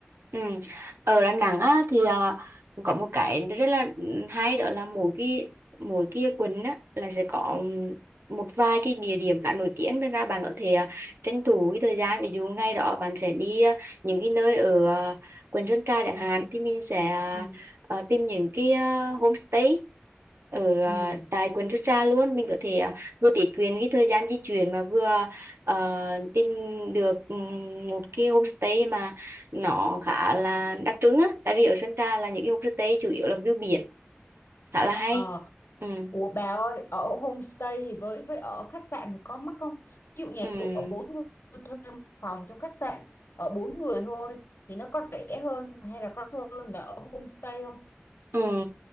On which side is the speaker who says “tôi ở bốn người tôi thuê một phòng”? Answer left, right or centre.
Left